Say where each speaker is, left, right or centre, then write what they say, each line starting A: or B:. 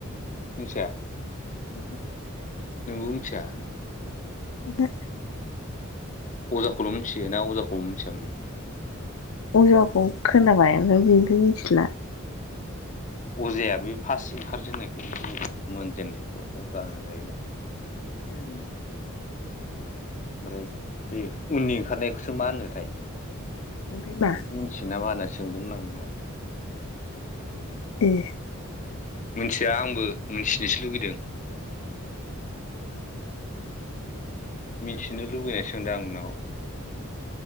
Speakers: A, on the left; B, on the left.
A: मिथिया।
B: <unintelligible>
A: नोंबो मिथिया
B: ओहो
A: अजाखौल' मिथियोना अजाखौबो मिथियामोन?
B: अजाखौ खोनाबाय ओमफाय बिनिफ्राय मिथिला
A: अजाया बे फास्ट ओंखारजेननायखौ होनोबा मोनजेननायखौ अजा होनो जाहैदों।
B: <unintelligible>
A: ओमफ्राय बे उननि ओंखारनायखौसो मा होनोथाय?
B: ओमफ्राय मा
A: नोंखौ मिथियो नामा होनना सोंदोंमोन आं नोंनाव।
B: ए।
A: मिथिया आंबो मिथिनोसो लुगैदों। मिथिनो लुबैनाय सोंदों आं नोंनाव।